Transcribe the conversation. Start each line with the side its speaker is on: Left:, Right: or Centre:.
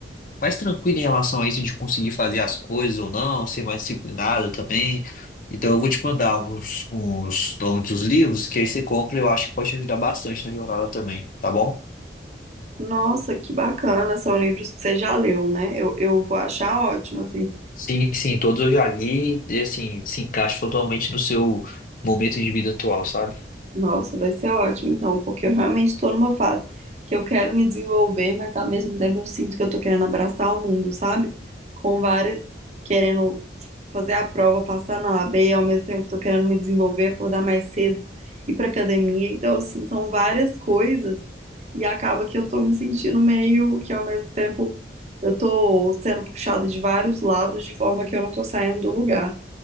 Left: mais tranquilo em relação a isso de conseguir fazer as coisas ou não, ser mais disciplinada também. Então eu vou te mandar uns, uns nomes dos livros que aí você compra e eu acho que pode te ajudar bastante na jornada também, tá bom?
Right: Nossa, que bacana. São livros que você já leu, né? Eu, eu vou achar ótimo, assim.
Left: Sim, sim, todos eu já li e assim, se encaixa totalmente no seu momento de vida atual, sabe?
Right: Nossa, vai ser ótimo, então, porque eu realmente estou numa fase que eu quero me desenvolver, mas ao mesmo tempo eu sinto que eu tô querendo abraçar o mundo, sabe? Com várias, querendo fazer a prova, passar na AB, ao mesmo tempo tô querendo me desenvolver, acordar mais cedo, ir pra academia. Então, assim, são várias coisas e acaba que eu tô me sentindo meio que ao mesmo tempo eu tô sendo puxada de vários lados de forma que eu não tô saindo do lugar.